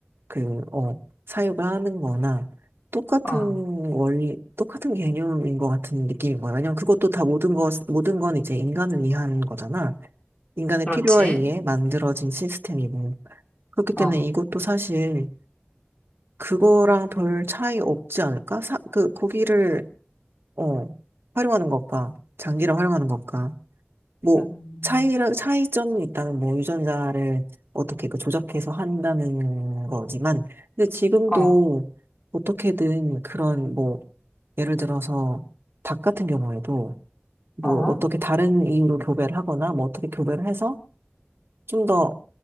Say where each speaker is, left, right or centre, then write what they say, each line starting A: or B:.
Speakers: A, on the right (about 70°); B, on the left (about 25°).
A: 그, 어, 사유가 하는 거나 똑같은
B: 어,
A: 원리, 똑같은 개념인 것 같은 느낌인 거야. 왜냐면 그것도 다 모든 것, 모든 건 이제 인간을 위한 거잖아. 인간의
B: 그렇지.
A: 필요에 의해 만들어진 시스템이고. 그렇기 때문에
B: 어.
A: 이것도 사실 그거랑 별 차이 없지 않을까? 사, 그 고기를 어, 활용하는 것과 장기를 활용하는 것과 뭐
B: 음,
A: 차이라 차이점이 있다면 뭐 유전자를 어떻게 그 조작해서 한다는 거지만 근데 지금도
B: 어,
A: 어떻게든 그런 뭐 예를 들어서 닭 같은 경우에도 뭐
B: 어,
A: 어떻게 다른 이유로 교배를 하거나 뭐 어떻게 교배를 해서 좀 더